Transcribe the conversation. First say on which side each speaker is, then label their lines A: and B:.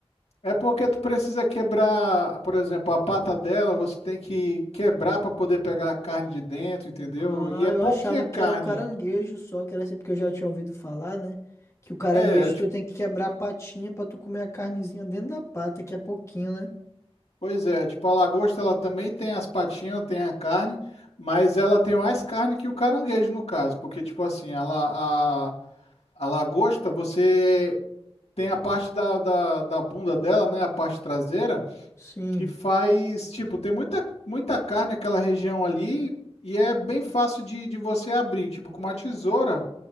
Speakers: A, on the left; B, on the left.
A: É porque tu precisa quebrar, por exemplo, a pata dela, você tem que quebrar para poder pegar a carne de dentro, entendeu?
B: Ah,
A: E é
B: eu
A: pouquinha
B: achava
A: carne.
B: que era o caranguejo só, que era assim porque eu já tinha ouvido falar, né? Que o caranguejo
A: É, é tipo,
B: tu tem que quebrar a patinha pra tu comer a carnezinha dentro da pata, que é pouquinho, né?
A: pois é, tipo a lagosta ela também tem as patinhas, tem a carne, mas ela tem mais carne que o caranguejo no caso, porque tipo assim, a, la- a, a lagosta você tem a parte da, da, da bunda dela, né, a parte traseira,
B: Sim.
A: que faz, tipo, tem muita, muita carne naquela região ali e é bem fácil de, de você abrir. Tipo, com uma tesoura,